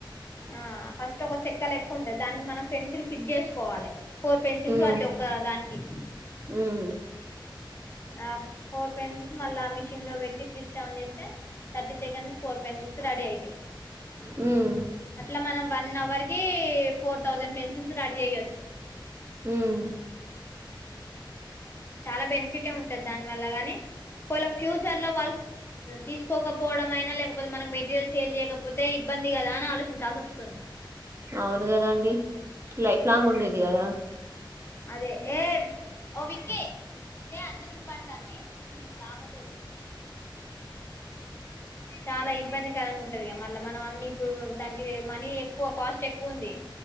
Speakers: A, on the left; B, on the right.
A: ఆ ఫస్ట్ ఒక చెక్క లెక్క ఉంటాది దానికి మనం ఫెన్సిల్ ఫిట్ చేసుకోవాలి ఫోర్ పెన్సిల్స్
B: ఉమ్
A: పడతాయి ఒక దానికి
B: ఉమ్
A: ఆ ఫోర్ పెన్సిల్స్ మళ్ళా మిషన్ లో పెట్టి స్విచ్ ఆన్ చేస్తే థర్టీ సెకండ్స్ లో ఫోర్ పెన్సిల్స్ రెడీ అయితాయి
B: హ్మ్
A: ఇట్లా మనం వన్ అవర్ కి ఫోర్ థౌజండ్ పెన్సిల్స్ రెడీ చేయ్యొచ్చు
B: ఉమ్
A: చాలా బెనిఫిట్ ఉంటది దాని వల్ల గాని పోళ ఫ్యూచర్ లో వాళ్ళ తీసుకోకపోవడం అయినా లేకపోతే మనకి మెటీరియల్ సేల్ చేయకపోతే ఇబ్బంది కదా అని ఆలోచించాల్సి వస్తుంది
B: అవును కదా అండి లైఫ్ లాంగ్
A: మ్మ్
B: ఉండేది కదా
A: అదే ఏ ఓ విక్కే లే అంత తుప్ప అంతా అి చూ ఇట్ ఆదే
B: <inaudible>
A: చాలా ఇబ్బందికరంగా ఉంటదిగా మళ్ళీ ఇప్పుడు దానికి మనీ ఎక్కువ కాస్ట్ ఎక్కువ ఉంది